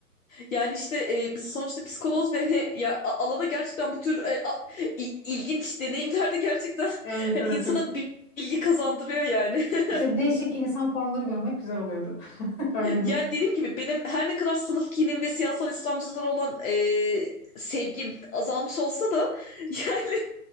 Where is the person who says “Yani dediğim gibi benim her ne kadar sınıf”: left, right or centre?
Left